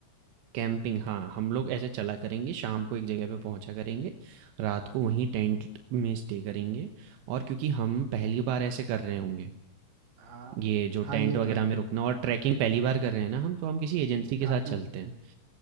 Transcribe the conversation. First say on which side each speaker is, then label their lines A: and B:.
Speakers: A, on the right; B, on the right.
A: कैंपिंग हाँ हम लोग ऐसे चला करेंगे शाम को एक जगह पे पहुंचा करेंगे रात को वहीं टेंट में स्टे करेंगे और क्योंकि हम पहली बार ऐसे कर रहे होंगे
B: हाँ
A: ये जो
B: हाँ
A: टेंट
B: ये
A: वगैरह
B: तो है
A: में रुकना और ट्रैकिंग पहली बार कर रहे हैं ना हम तो हम किसी एजेंसी के
B: काफी
A: साथ चलते हैं